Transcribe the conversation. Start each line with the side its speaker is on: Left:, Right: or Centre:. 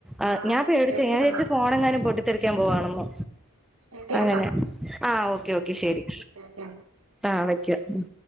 Centre: ആഹ്
Right: ആ
Centre: ഞാൻ പേടിച്ച്പോയി
Right: ശരി
Centre: ഞാൻ വിചരിച്ച്
Right: എന്നാ
Centre: ഫോണെങ്ങാനും പൊട്ടിത്തെറിക്കാൻ പോവാണെന്ന്
Right: ശരി
Centre: അതെല്ലെ
Right: എന്നാ
Centre: ആഹ് ഓക്കെ ഓക്കെ ശെരി
Right: ശരി എന്നാ
Centre: ആഹ് വെക്ക്യാ ഉം